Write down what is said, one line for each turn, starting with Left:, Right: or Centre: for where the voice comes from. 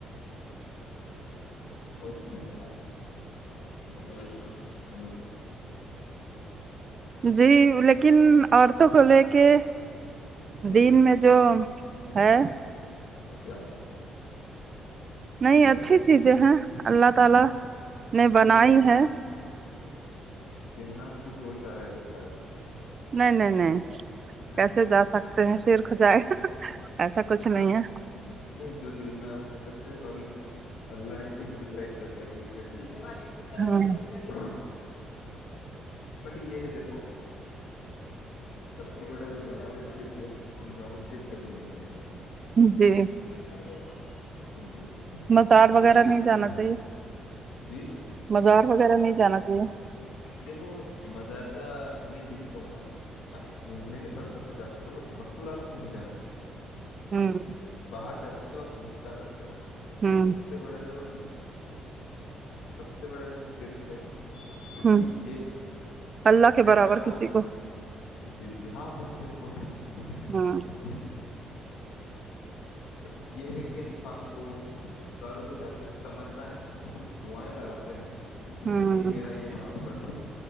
Left: اور س یار بتائیے تھا ہمیں بھی
Right: جی لیکن عورتوں کو لے کے
Left: جی
Right: دین میں جو ہاں
Left: کیا
Right: نہیں اچھی
Left: کیا ہے
Right: چیزیں ہیں اللہ تعالا نے
Left: نہیں
Right: بنائی ہے
Left: کہنا کچھ اور جا رہے تھے شاید
Right: نہیں نہیں نہیں کیسے
Left: اچھا اچھا
Right: جا سکتے ہیں سیر ک جائے گا ایسا کچھ نہیں ہے
Left: نہیں جو دل میں وہ کہہ سکتے ہو باقی اللہ کے ڈسائڈ کرتا گ ڈانس
Right: ہاں
Left: کر بٹی یہ ہے دیکھو سب سے بڑا جو بندا ہے اس شر کے انسان کو شر کبھی نہیں جنا
Right: جی
Left: چاہیے ہ
Right: مزار
Left: میں
Right: وغیرہ
Left: تو یہی
Right: نہیں
Left: کہم
Right: جانا چاہیے
Left: جی
Right: مزار وغیرہ نہیں جانا چاہیے
Left: دیکھو مزار کا میں یہی کہوں گا اپ گھومنے کے پرپز سے جا سکتے ہو ب مستورات کو نہیں جانا چاہیے
Right: ہوں
Left: باہر جا سکتے ہو آپ گھوم کے آ سکتے ہو
Right: ہ
Left: اور سب سے س سے بڑا جو سب سے بڑا جو سرک ہے
Right: ہ ہ
Left: کہ یہ
Right: اللہ کے برابر
Left: کیا بول
Right: کسی کو
Left: جی جی ہاں وہ شلپ ہو گیا
Right: ہاں
Left: جی بٹ یہ ہے کہ انسان کو گاروں پہ جا کر تمنا ہے ک دعائیں لگاتا ہوں
Right: ہوں
Left: کہ میرا یہ کام کر دو